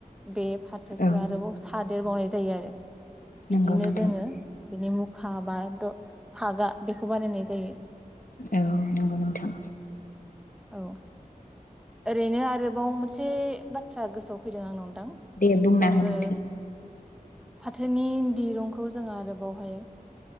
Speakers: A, in the centre; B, on the left.
A: बे फाथोखौ
B: औ
A: आरोबाव सादेरबावनाय जायो आरो बिदिनो
B: नंगौ नोंथां
A: जोङो बेनि मुखा बा द फागा बेखौ बानायनाय जायो।
B: औ नंगौ नोंथां
A: औ ओरैनो आरोबाव मोनसे बाथ्रा गोसोआव फैदों आंनाव नोंथां
B: दे बुंना
A: जोङो
B: हो नोंथां
A: फाथोनि दिरुंखौ जोङो आरोबावहाय